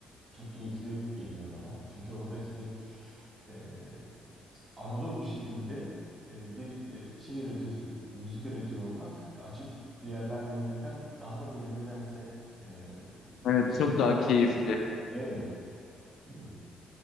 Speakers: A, on the right; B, on the left.
A: çok keyifli geliyor bana. Çünkü orada işte e, t- analog bir şekilde e, bir e, şey üretiyor, e, müzik üretiyor olmak açıp bir yerden dinlemekten daha da böyle nedense e, bir
B: Evet,
A: şekilde
B: çok daha
A: romantik
B: keyifli.
A: hissettiriyor. Evet, değil mi?